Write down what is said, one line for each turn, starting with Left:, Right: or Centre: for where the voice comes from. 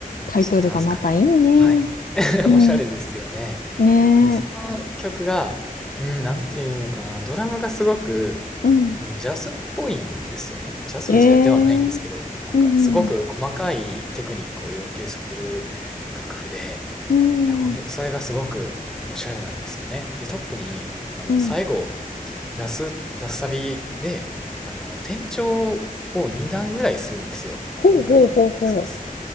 Left: タイトルがまたいいね。
Centre: 知ってますかねはい。<laughs>
Left: うん。
Centre: おしゃれですよね。
Left: ねえ。
Centre: で、その曲が、うん、なんていうのかな、ドラムがすごく、
Left: うん。
Centre: うんジャズっぽいんですよね。ジャズじゃではないんですけど、
Left: えー、
Centre: なんかすごく細かいテクニックを要求される楽譜で、
Left: うん、うん、
Centre: えほれ、
Left: うん、
Centre: それがすごくおしゃれなんですよね。で、特に、あの、
Left: うん。
Centre: 最後、ラス、ラスサビで、あの、転調を2段ぐらいするんですよ。
Left: ほうほうほうほ
Centre: なんかい、そうそう。